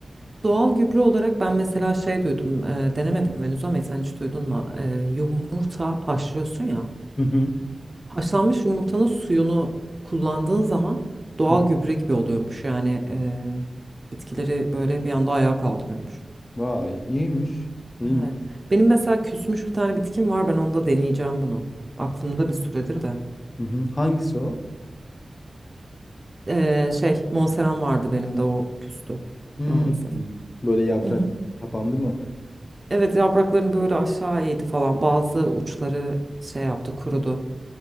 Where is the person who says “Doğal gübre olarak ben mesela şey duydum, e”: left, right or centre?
Right